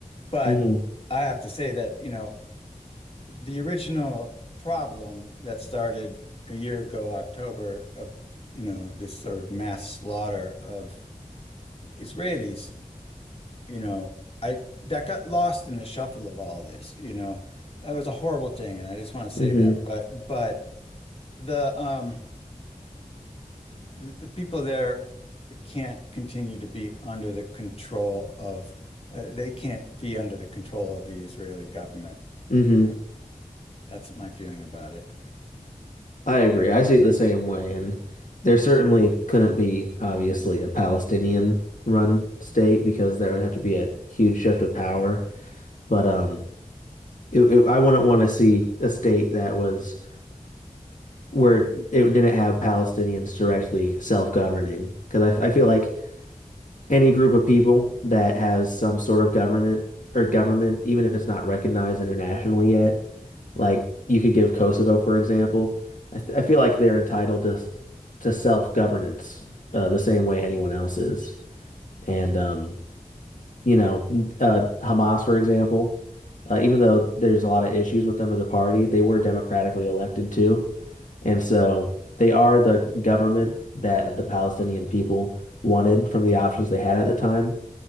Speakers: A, on the left; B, on the left.
A: But
B: Mm-hmm.
A: I have to say that, you know, the original problem that started a year ago, October, of, you know, this sort of mass slaughter of Israelis, you know, I that got lost in the shuffle of all this, you know. That was a horrible thing, and I just want to say
B: Mm-hmm.
A: that. But but the um the, the people there can't continue to be under the control of uh, they can't be under the control of the Israeli government.
B: Mm-hmm.
A: Uh, That's my feeling about it.
B: I agree. I see it the same way. And there certainly couldn't be, obviously, a Palestinian run state because there would have to be a huge shift of power. But um, it, it, I wouldn't want to see a state that was where it didn't have Palestinians directly self-governing because I, I feel like any group of people that has some sort of government or government, even if it's not recognized internationally yet, like you could give Kosovo, for example, I, th I feel like they're entitled to to self-governance uh, the same way anyone else is, and um, you know, uh, Hamas, for example, uh, even though there's a lot of issues with them as a party, they were democratically elected too. And so they are the government that the Palestinian people wanted from the options they had at the time.